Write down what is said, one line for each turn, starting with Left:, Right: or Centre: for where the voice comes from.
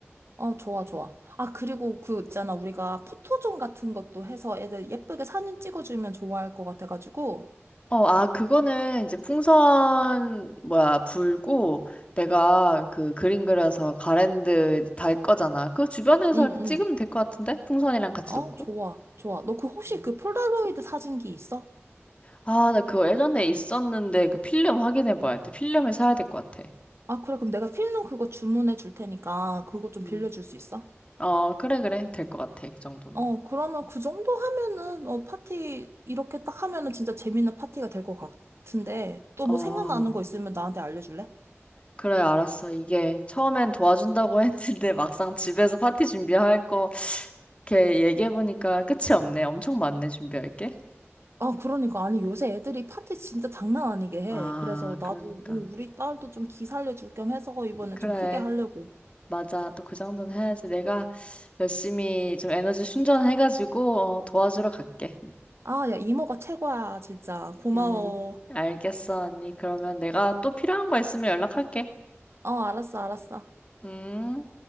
Right: 어, 좋아, 좋아. 아, 그리고 그 있잖아. 우리가 포토존 같은 것도 해서 애들 예쁘게 사진 찍어주면 좋아할 것 같아가지고.
Left: 어, 아, 그거는 이제 풍선, 뭐야, 불고 내가 그 그림 그려서 가랜드 달 거잖아. 그 주변에서
Right: 응,
Left: 이렇게
Right: 응.
Left: 찍으면 될 것 같은데? 풍선이랑 같이
Right: 어,
Left: 넣고.
Right: 좋아, 좋아. 너 그 혹시
Left: 음.
Right: 그 폴라로이드 사진기 있어?
Left: 아, 나 그거 예전에 있었는데 그 필름 확인해 봐야 돼. 필름을 사야 될 것 같아.
Right: 아, 그래. 그럼 내가 필름 그거 주문해 줄 테니까 그거 좀
Left: 음.
Right: 빌려줄 수 있어?
Left: 어, 그래, 그래. 될 것 같아. 그 정도는.
Right: 어, 그러면 그 정도 하면은, 어, 파티, 이렇게 딱 하면은 진짜 재밌는 파티가 될 것 같은데, 또 뭐
Left: 어,
Right: 생각나는 거 있으면 나한테 알려줄래?
Left: 그래, 알았어. 이게 처음엔 도와준다고 <laughs> 했는데 막상 집에서 파티 준비할 거 이렇게 얘기해 보니까 끝이 없네. 엄청 많네, 준비할 게.
Right: 아, 그러니까. 아니, 요새 애들이 파티 진짜 장난 아니게 해.
Left: 아,
Right: 그래서 나도,
Left: 그러니까.
Right: 어, 우리 딸도 좀 기 살려줄 겸 해서 이번에
Left: 그래,
Right: 좀 크게 하려고.
Left: 맞아. 또 그 정도는 해야지. 내가 열심히 좀 에너지 충전해가지고 어, 도와주러 갈게.
Right: 아, 야, 이모가 최고야, 진짜. 고마워.
Left: 음, 알겠어, 언니. 그러면 내가 또 필요한 거 있으면 연락할게.
Right: 어, 알았어, 알았어.
Left: 음.